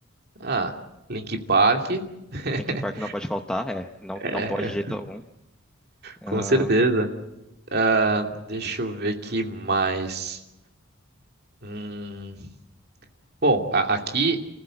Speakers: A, on the right; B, in the centre.
A: Ah, Link Park. <laughs>
B: Linkin Park não pode faltar, é. Não,
A: É,
B: não pode de jeito algum. Ah,
A: com certeza. Ah, deixa eu ver que mais. Hum, bom, a- aqui,